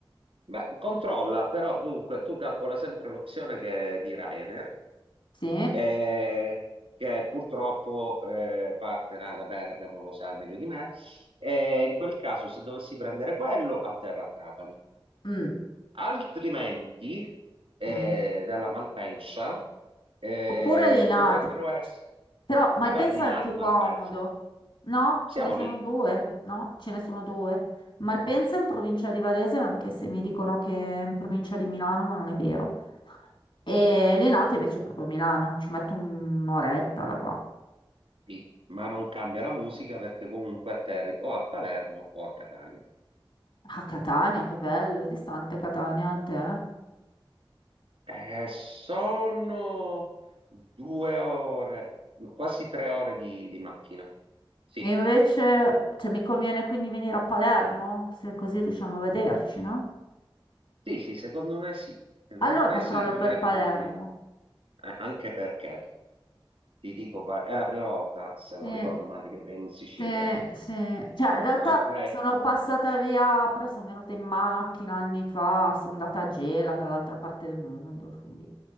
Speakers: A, on the right; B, on the left.
A: Ma controlla, però dunque tu calcola sempre l'opzione che è di Ryanair,
B: sì?
A: eh, che purtroppo eh, parte là da Bergamo, lo sai meglio di me, e in quel caso se dovessi prendere quello, atterra a Trapani.
B: Mm,
A: Altrimenti, eh,
B: mm.
A: dalla Malpensa, eh,
B: Oppure Linate,
A: dovrebbero essere...
B: però Malpensa
A: Vabbè, Linate,
B: è il più
A: Malpensa,
B: comodo, no?
A: siamo
B: Ce ne sono
A: lì,
B: due, no? Ce ne sono due. Malpensa in provincia di Varese, anche se mi dicono che è in provincia di Milano, ma non è vero. E Linate invece è proprio a Milano, ci metto un'oretta da qua.
A: lì, ma non cambia la musica perché comunque atterri o a Palermo o a Catania.
B: A Catania, che bello, è distante Catania a te. eh.
A: Eh, sono due ore, quasi tre ore di, di macchina. Sì,
B: E invece, cioè, mi conviene quindi venire a Palermo, se così riusciamo a vederci, no?
A: sì, sì, secondo me sì. Secondo
B: Allora
A: me
B: controllo
A: sì, mi
B: per
A: viene
B: Palermo.
A: più vicino. Eh, anche perché, ti dico, pa- è la prima volta, se non
B: Sì,
A: ricordo male, che vieni in Sicilia.
B: sì, sì. Cioè, in realtà
A: Ok?
B: sono passata via, però sono venuta in macchina anni fa, sono andata a Gela, dall'altra parte del mondo, quindi...